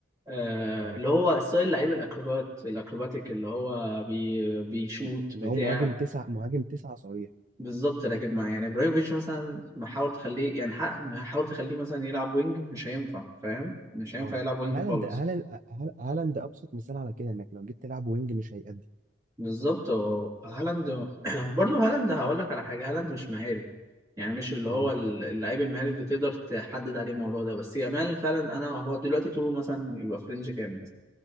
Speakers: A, on the right; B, on the right.
A: آه،
B: اه
A: اللي هو ستايل لعيب الاكروبات الاكروباتيك اللي هو بي بيشوت
B: ال- اللي
A: بتاع
B: هو مهاجم تسعه مهاجم تسعه صريح
A: بالظبط لكن ما يعني ابراهيموفيتش مثلا محاول تخليه يعني حق- حاول تخليه مثلا يلعب وينج مش هينفع فاهم مش هينفع
B: اه
A: يلعب وينج
B: هالاند
A: خالص
B: هالاند هال- هالاند ابسط مثال على كده انك لو جيت تلعب وينج مش هيأدي
A: بالظبط هو هالاند <clears throat> برضه هالاند هقول لك على حاجه هالاند مش مهاري يعني مش اللي
B: اه
A: هو ال- اللعيب المهاري اللي تقدر تحدد عليه الموضوع ده بس يامال فعلا انا هو دلوقتي طوله مثلا يبقى فرنج كام